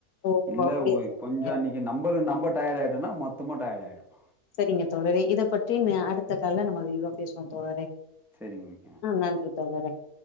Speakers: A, on the left; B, in the centre.
A: ஓ
B: இல்ல
A: அப்படியா
B: ஓய்
A: தோழரே
B: கொஞ்ச அன்னக்கி நம்பல நம்பட் டயர் ஆயிட்டனா மொத்தமு டயட் ஆயிடும்
A: செரிங்க தோழரே இத பற்றி அடுத்த கால்ல நம்ம விரிவா பேசுவோம் தோழரே
B: சரிங்க ஓகே
A: ஆ நன்றி <unintelligible>